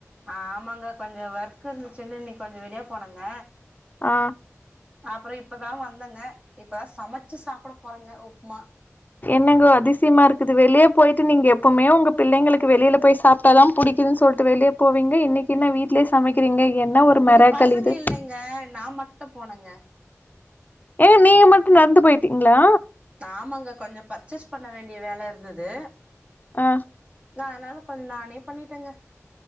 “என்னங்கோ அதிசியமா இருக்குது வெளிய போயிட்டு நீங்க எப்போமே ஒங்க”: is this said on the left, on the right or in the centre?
Left